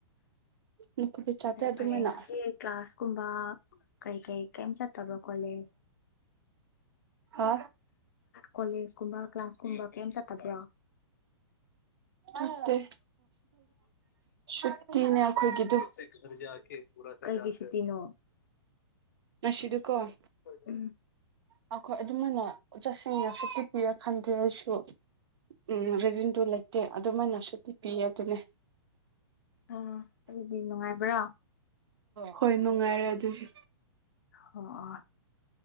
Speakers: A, on the right (about 60°); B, on the left (about 40°).
A: ꯅꯈꯣꯏꯗꯤ ꯆꯥꯗꯦ
B: ꯐꯔꯦ
A: ꯑꯗꯨꯃꯥꯏꯅ
B: ꯐꯔꯦ ꯉꯁꯤ ꯀ꯭ꯂꯥꯁꯀꯨꯝꯕ ꯀꯩ ꯀꯩ ꯀꯩ ꯆꯠ ꯇꯕ ꯀꯂꯦꯖ
A: ꯍꯥ
B: ꯀꯣꯂꯦꯖ ꯀꯨꯝꯕ ꯀ꯭ꯂꯥꯁ ꯀꯨꯝꯕ ꯀꯩꯝ ꯆꯠꯇꯕ꯭ꯔꯣ
A: ꯃꯦꯁꯤꯗ ꯁꯛꯇꯤ ꯅ ꯌꯥꯈꯣꯏꯒꯗ
B: ꯦ ꯄꯨꯒꯤꯁꯨ ꯇꯅꯣ
A: ꯅꯁꯤꯗꯨꯀꯣ
B: ꯍ
A: ꯑꯩꯈꯣꯏ ꯑꯗꯨꯃꯥꯏꯅ ꯆꯁꯤꯡꯅ ꯁꯨꯛꯇꯤ ꯄꯤꯔꯦ ꯈꯟꯗꯦ ꯑꯩꯁꯨ ꯎꯝ ꯔꯤꯖꯤꯟꯗꯨ ꯂꯩꯇꯦ ꯑꯗꯨꯃꯥꯏꯅ ꯁꯨꯇꯤ ꯄꯤꯌꯦ ꯑꯗꯨꯅꯦ
B: ꯑ ꯑꯗꯨꯗꯤ ꯅꯨꯡꯉꯥꯏꯕ꯭ꯔꯥ
A: ꯍꯣꯏ ꯅꯨꯡꯉꯥꯏꯔꯦ ꯑꯗꯨꯁꯨ
B: ꯑꯣ